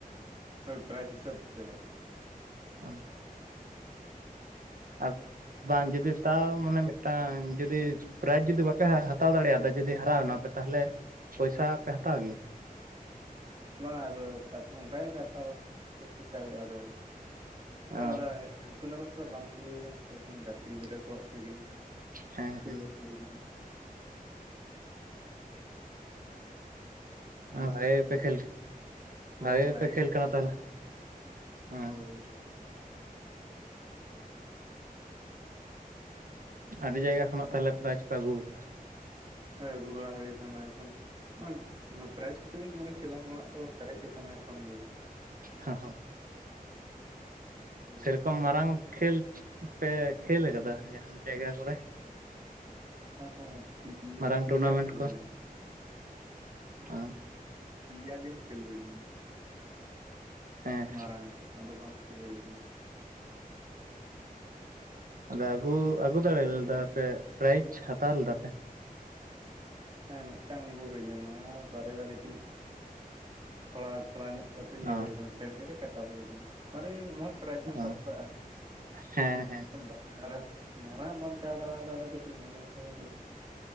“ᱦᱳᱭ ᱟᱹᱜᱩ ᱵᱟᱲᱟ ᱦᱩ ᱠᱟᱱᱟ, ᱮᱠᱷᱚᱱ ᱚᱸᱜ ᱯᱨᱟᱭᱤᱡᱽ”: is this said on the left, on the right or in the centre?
Right